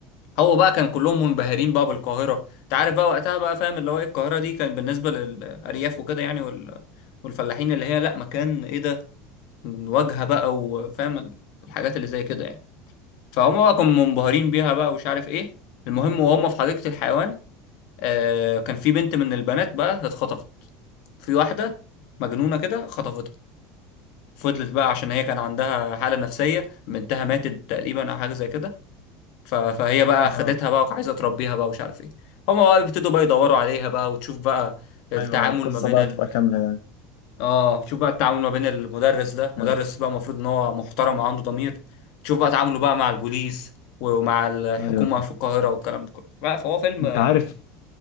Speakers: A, on the left (about 50°); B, on the left (about 70°).
A: هو بقى كان كلهم منبهرين بقى بالقاهرة انت عارف بقى وقتها بقى فاهم اللي هو ايه القاهرة دي كان بالنسبة للأرياف وكده يعني وال... والفلاحين اللي هي لا مكان ايه ده واجهة بقى وفاهم الحاجات اللي زي كده يعني فهم بقى كانوا منبهرين بيها بقى ومش عارف ايه المهم وهم في حديقة الحيوان آه كان في بنت من البنات بقى اتخطفت في واحدة مجنونة كده خطفتها فضلت بقى عشان هي كان عندها حالة نفسية بنتها ماتت تقريبا أو حاجة زي كده ف- فهي بقى
B: اه
A: خدتها بقى وعايزة تربيها بقى ومش عارف ايه هما بقى بيبتدوا بقى يدوروا عليها بقى وتشوف بقى التعامل
B: ايوه ايوه القصه
A: ما بين
B: بقى
A: ال...
B: تبقى كامله يعني
A: اه شوف بقى التعامل ما بين المدرس ده
B: حلو
A: مدرس بقى المفروض ان هو محترم وعنده ضمير تشوف بقى تعامله بقى مع البوليس ومع الحكومة
B: ايوه
A: في القاهرة والكلام ده كله بقى فهو فيلم
B: انت عارف